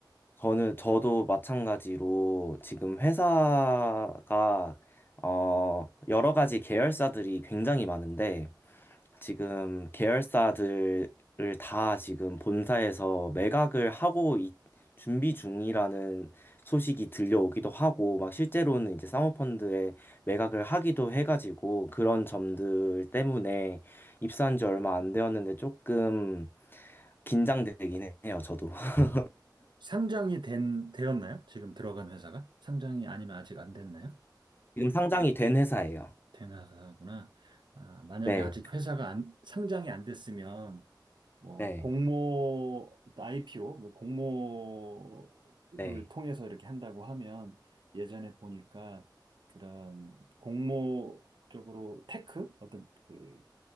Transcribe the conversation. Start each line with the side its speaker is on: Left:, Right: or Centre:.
Left: 저는 저도 마찬가지로 지금 회사가 어 여러 가지 계열사들이 굉장히 많은데 지금 계열사들을 다 지금 본사에서 매각을 하고 있- 준비 중이라는 소식이 들려오기도 하고 막 실제로는 이제 사모펀드에 매각을 하기도 해가지고 그런 점들 때문에 입사한 지 얼마 안 되었는데 조금 긴장되긴 해요, 저도. <laughs>
Right: 상장이 된, 되었나요? 지금 들어간 회사가? 상장이 아니면 아직 안 됐나요?
Left: 지금 상장이 된 회사예요.
Right: 된 회사구나. 아, 만약에
Left: 네.
Right: 아직 회사가 안, 상장이 안 됐으면, 뭐
Left: 네,
Right: 공모 IPO, 공모를
Left: 네.
Right: 통해서 이렇게 한다고 하면 예전에 보니까 그런 공모 쪽으로 테크 어떤 그